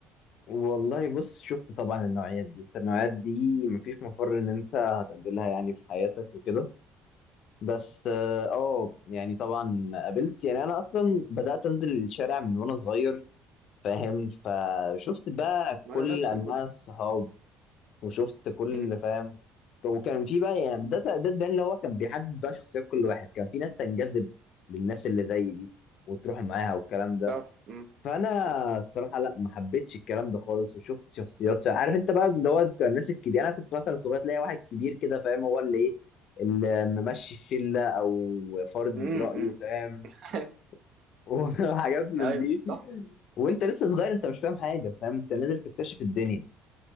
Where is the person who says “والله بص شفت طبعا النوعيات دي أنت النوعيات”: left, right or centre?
Left